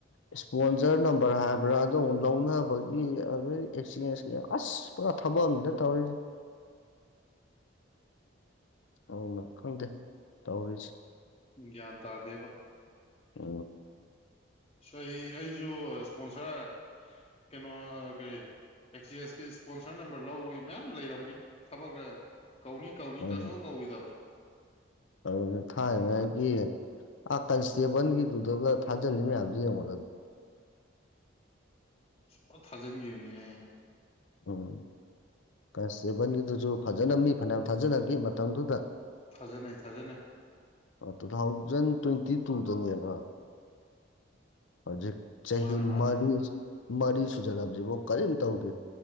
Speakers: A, on the left; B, on the left.
A: ꯏꯁꯄꯣꯟꯖꯔ ꯅꯝꯕꯔ ꯍꯥꯏꯕ꯭ꯔꯥ ꯑꯗꯨ ꯑꯃꯨꯛ ꯂꯧꯅꯕꯒꯤ ꯑꯗꯨ ꯑꯦꯛꯆꯦꯟꯁꯀꯤ ꯑꯁ ꯄꯨꯔꯥ ꯊꯕꯛ ꯑꯗ ꯇꯧꯔꯤꯁꯦ ꯑꯅ ꯈꯪꯗꯦ ꯇꯧꯔꯤꯁꯦ
B: ꯒꯌ꯭ꯥꯟꯇꯥꯗꯦꯕ
A: ꯑ
B: ꯁ ꯑꯩꯁꯨ ꯏꯁꯄꯣꯟꯁꯔ ꯀꯩꯅꯣ ꯀꯔꯤ ꯑꯦꯛꯆꯦꯟꯁꯀꯤ ꯏꯁꯄꯣꯟꯁꯔ ꯅꯝꯕꯔ ꯂꯧꯕꯒꯤ ꯃꯌꯥꯝ ꯂꯩꯔꯝꯒꯅꯤ ꯊꯕꯛꯅ ꯀꯧꯅꯤ ꯀꯧꯅꯤ
A: ꯑꯗꯨꯅ
B: ꯇꯁꯣ ꯀꯧꯏꯗꯕ
A: ꯑꯗꯨꯅ ꯊꯥꯏꯉꯥꯏꯒꯤ ꯑꯥ ꯀꯟꯁꯇꯦꯕꯜꯒꯤꯗꯨꯗꯒ ꯊꯥꯖꯂꯤꯃꯤꯌꯥꯝ
B: ꯑꯥ
A: ꯃꯗꯅꯤ
B: ꯄꯣ ꯊꯥꯖꯟꯈꯤꯕꯌꯨꯅꯦ
A: ꯎꯝ ꯀꯟꯁꯇꯦꯕꯜꯒꯤꯗꯨꯁꯨ ꯐꯖꯅ ꯃꯤ ꯐꯅꯌꯥꯝ ꯊꯥꯖꯅꯈꯤꯦ ꯃꯇꯝꯗꯨꯗ
B: ꯊꯥꯖꯅꯩ ꯊꯥꯖꯅ
A: ꯇꯨ ꯊꯥꯎꯖꯟ ꯇ꯭ꯋꯦꯟꯇꯤ ꯇꯨꯗꯨꯅꯦꯕ ꯍꯧꯖꯤꯛ ꯆꯍꯤ
B: ꯃꯥꯅꯦ ꯃꯥꯅꯦ
A: ꯃꯔꯤ ꯃꯔꯤ ꯁꯨꯖꯅꯥꯁꯤꯕꯣ ꯀꯔꯤꯝ ꯇꯧꯗꯦ